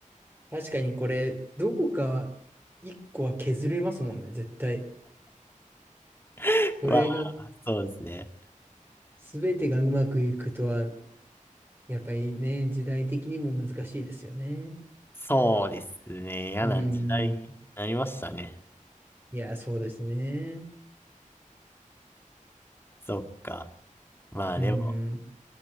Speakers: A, on the right (about 15°); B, on the left (about 15°).
A: 確かにこれ、どこかは、一個は削れますもんね、絶対。
B: <laughs>
A: これが
B: わあ、そうですね。
A: すべてがうまくいくとは、やっぱりね、時代的にも難しいですよね。
B: そうですね。嫌な時代になりましたね。
A: うん。いや、そうですね。
B: そっか。まあでも、
A: うん。